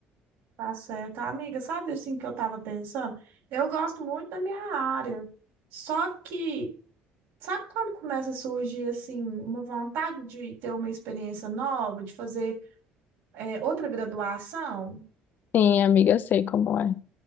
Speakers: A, on the right (about 75°); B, on the left (about 50°).
A: tá certo. Amiga, sabe assim que eu tava pensando? Eu gosto muito da minha área. Só que, sabe quando começa a surgir assim uma vontade de ter uma experiência nova, de fazer é, outra graduação?
B: Sim, amiga, eu sei como é.